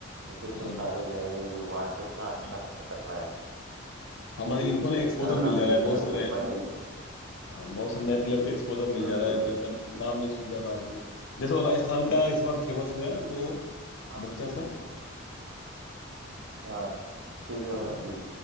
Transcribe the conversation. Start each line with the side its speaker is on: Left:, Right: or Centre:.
Right: तो कितने
Left: हाँ
Right: सारे नए नए युवा कितना अच्छा अच्छा कर रहे
Left: हमारे इनको ना
Right: हैं
Left: एक्सपोजर
Right: अगर
Left: मिल
Right: आप
Left: जा रहा
Right: देख
Left: है
Right: रहे
Left: बहुत
Right: होगे
Left: सारे
Right: पर-
Left: हाँ बहुत सारे नए प्लेयर को एक्सपोजर मिल
Right: बिल्कुल
Left: जा रहा है जिनका नाम नहीं सुनता था आदमी जैसे वो राजस्थान का इस बार फेमस हुआ है वो
Right: हाँ
Left: बच्चा सा
Right: हाँ, सूर्यवंशी
Left: हाँ